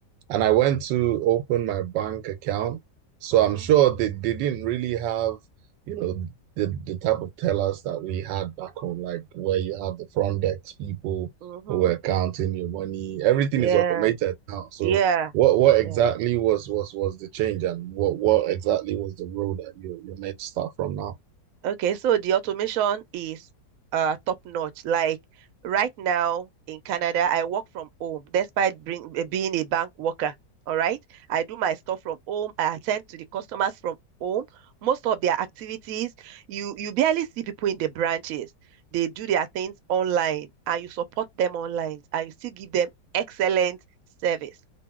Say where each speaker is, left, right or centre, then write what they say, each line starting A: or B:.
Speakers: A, on the right; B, on the right.
A: and I went to open my bank account. So
B: Mm-hmm.
A: I'm sure they, they didn't really have, you know, the, the type of tellers that we had back home, like where you have the front desk people
B: Mm-hmm.
A: who were counting your money. Everything
B: Yeah.
A: is automated now. So
B: Yeah.
A: what what
B: Yeah.
A: exactly was was was the change and what what exactly was the role that you you made start from now?
B: Okay, so the automation is uh top notch. Like right now in Canada, I work from home despite bring, eh, being a bank worker. All right, I do my stuff from home. I attend to the customers from home. Most of their activities, you you barely see people in the branches. They do their things online, and you support them online, and you still give them excellent service.